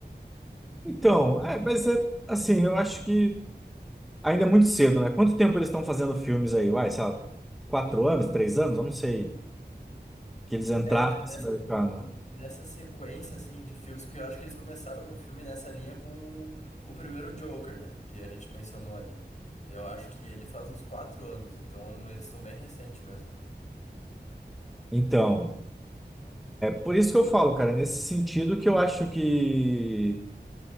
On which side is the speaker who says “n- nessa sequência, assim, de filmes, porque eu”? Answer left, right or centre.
Left